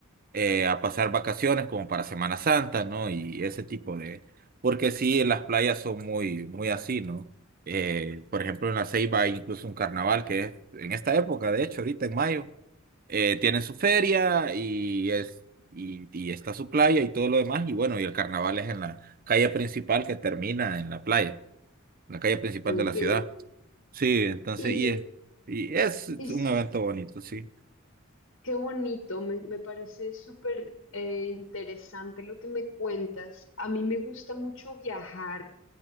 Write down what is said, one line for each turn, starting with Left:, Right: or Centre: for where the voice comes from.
Right: eh, a pasar vacaciones como para Semana Santa, ¿no? Y ese tipo de... Porque sí, las playas son muy, muy así, ¿no? Eh, por ejemplo, en La Ceiba hay incluso un carnaval que es en esta época, de hecho, ahorita en mayo, eh, tienen su feria y es... Y, y está su playa y todo lo demás, y bueno, y el carnaval es en la calle principal que termina en la playa, la calle principal
Left: te entiendo.
Right: de la ciudad. Sí, entonces,
Left: Y,
Right: y es, y es
Left: y si
Right: un evento bonito, sí.
Left: Qué bonito, me, me parece súper eh, interesante lo que me cuentas. A mí me gusta mucho viajar